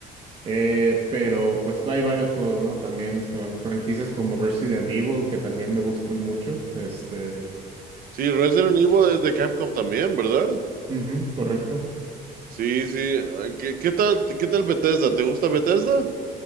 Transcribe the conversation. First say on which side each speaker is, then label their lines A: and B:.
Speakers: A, on the right; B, on the right.
A: Eh, pero pues hay varios juegos, ¿no? También fran- franquicias como Resident Evil, que también me gustan mucho. Este,
B: Sí, Resident Evil es de Capcom también, ¿verdad?
A: ujú, correcto.
B: Sí, sí. Ay, ¿Qué, qué tal, qué tal Bethesda? ¿Te gusta Bethesda?